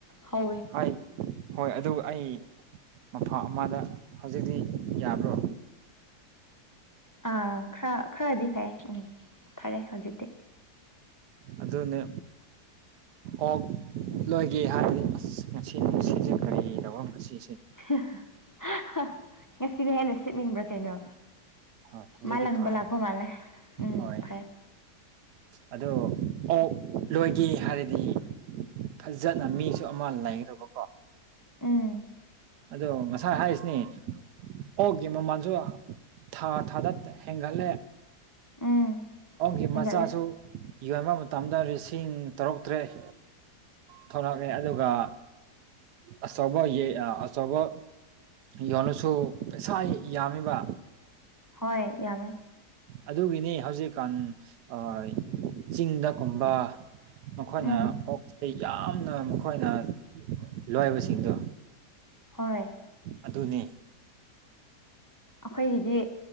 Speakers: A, on the left; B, on the right.
A: ꯍꯧ
B: ꯍꯣꯏ ꯍꯣꯏ ꯑꯗꯨ ꯑꯩ ꯃꯐꯝ ꯑꯃꯗ ꯍꯧꯖꯤꯛꯇꯤ ꯌꯥꯕ꯭ꯔꯣ
A: ꯑꯥ ꯈꯔ ꯈꯔꯗꯤ ꯐꯩ ꯎꯝ ꯐꯥꯔꯦ ꯍꯧꯖꯤꯛꯇꯤ
B: ꯑꯗꯨꯅꯦ ꯑꯣꯛ ꯂꯣꯏꯒꯦ ꯍꯥꯏꯔꯗꯤ ꯑꯁ ꯉꯁꯤꯅꯨꯡꯁꯤꯠꯁꯦ ꯀꯔꯤꯅꯣ ꯉꯁꯤꯁꯦ
A: <unintelligible> ꯉꯁꯤꯅ ꯍꯦꯟꯅ ꯁꯤꯠꯅꯤꯡꯕ꯭ꯔꯥ ꯀꯩꯅꯣ
B: ꯍꯣꯏ ꯍꯧꯖꯤꯛꯇꯤ
A: ꯃꯥꯂꯪꯕ
B: ꯐꯔꯦ
A: ꯂꯥꯛꯄ ꯃꯥꯂꯦ ꯎꯝ
B: ꯍꯣꯏ
A: ꯐꯩ
B: ꯑꯗꯣ ꯑꯣꯛ ꯂꯣꯏꯒꯦ ꯍꯥꯏꯔꯗꯤ ꯐꯖꯅ ꯃꯤꯁꯨ ꯑꯃ ꯂꯩꯒꯗꯕ
A: ꯎꯝ
B: ꯑꯗꯣ ꯉꯁꯥꯏ ꯍꯥꯏꯁꯤꯅꯤ ꯑꯣꯛꯀꯤ ꯃꯃꯜꯁꯨ ꯊꯥ ꯊꯥꯗꯠ ꯍꯦꯟꯒꯠꯂꯦ
A: ꯎꯝ
B: ꯑꯣꯛꯀꯤ
A: ꯍꯦꯟꯒꯠꯂꯦ
B: ꯃꯆꯥꯁꯨ ꯌꯣꯟꯕ ꯃꯇꯝꯗ ꯂꯤꯁꯤꯡ ꯇꯔꯨ ꯇ꯭ꯔꯦꯠ ꯊꯣꯛꯂꯛꯑꯦ ꯑꯗꯨꯒ ꯑꯆꯧꯕꯌ‌ꯦ ꯑꯆꯧꯕ ꯌꯣꯜꯂꯁꯨ ꯄꯩꯁꯥ ꯌꯥꯝꯃ‌ꯦꯕ
A: ꯍꯣꯏ ꯌꯥꯝꯃꯦ
B: ꯑꯗꯨꯒꯤꯅꯤ ꯍꯧꯖꯤꯛꯀꯥꯟ ꯑꯥ ꯆꯤꯡꯗ ꯀꯨꯝꯕ ꯃꯈꯣꯏꯅ
A: ꯎꯝ
B: ꯑꯣꯛ ꯌꯥꯝꯅ ꯃꯈꯣꯏꯅ ꯂꯣꯏꯕꯁꯤꯡꯗꯣ
A: ꯍꯣꯏ
B: ꯑꯗꯨꯅꯤ
A: ꯑꯩꯈꯣꯏꯒꯤꯗꯤ